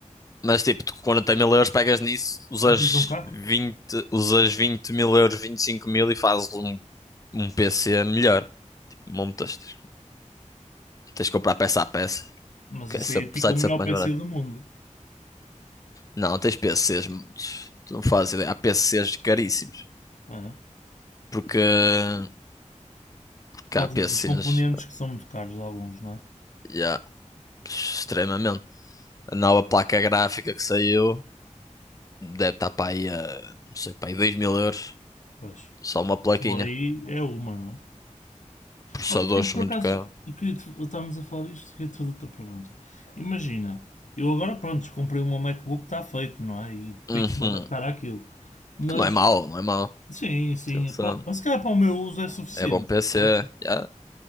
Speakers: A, on the left; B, on the left.
A: Mas tipo, tu com 40 mil euros pegas nisso, usas
B: Compras um carro?
A: vinte usas vinte mil euros, vinte e cinco mil e fazes um, um PC melhor. Tipo, montas, tens tens que comprar peça a peça.
B: Mas
A: Que
B: isso
A: é sup-
B: aí fica
A: site
B: o melhor
A: sup mais
B: PC
A: barato.
B: do mundo,
A: Não, tens PCs. m- Tu não fazes ideia. Há PCs caríssimos.
B: não é?
A: Porque, porque
B: Por
A: há
B: causa
A: PCs.
B: dos componentes que são muito caros, alguns, não é?
A: Já, extremamente. A nova placa gráfica que saiu deve estar para aí a. Não sei, para aí dois mil euros.
B: Pois.
A: Só uma plaquinha.
B: Se for aí, é uma, não é?
A: Processadores
B: eu, por
A: muito
B: acaso,
A: caro.
B: eu queria te- estávamos a falar disto, queria te fazer outra pergunta. Imagina, eu agora, pronto, comprei o meu MacBook, está feito, não é? E
A: Uhum.
B: tenho que me adaptar àquilo. Mas,
A: Que não é mau, não é mau.
B: sim, sim,
A: Atenção.
B: pá, mas se calhar para o meu uso é suficiente,
A: É bom PC.
B: percebes?
A: já.